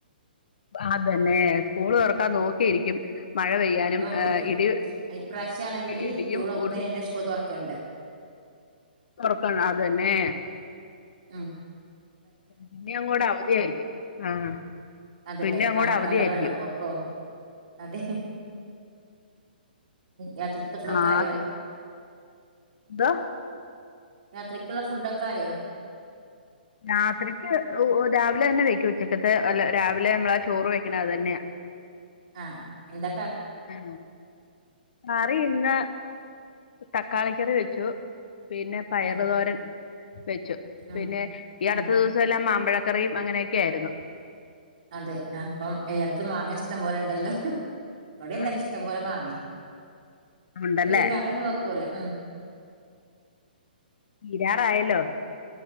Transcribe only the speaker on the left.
അതന്നേ സ്കൂള് തൊറക്കാൻ നോക്കിയിരിക്കും മഴ പെയ്യാനും
ഇടി
ഇടിയും
ഉരുൾ
തുറക്കണം അതന്നെ
പിന്നെ അങ്ങോടെ അവധിയായിരിക്കും ആഹ
പിന്നെ അങ്ങോടെ
അവധിയയിരിക്കും
ആത്
എന്ത്വാ
രാത്രിക്ക് രാവിലെ തന്നെ വെക്കും ഉച്ചക്കത്തെ അല്ല രാവിലെ നമ്മളാ ചോറ് വെക്കണ അത് തന്നെയാ
ങാ കറി ഇന്ന തക്കാളിക്കറി വെച്ചു പിന്നെ പയറ്
തോരൻ വെച്ചു
പിന്നെ ഈ അടുത്ത
ദിവസം എല്ലാം മാ മാങ്ങാക്കറിയും അങ്ങനെയൊക്കെ ആയിരുന്നു.
ആഹ്
ഉണ്ടല്ലേ
തീരാറായല്ലോ.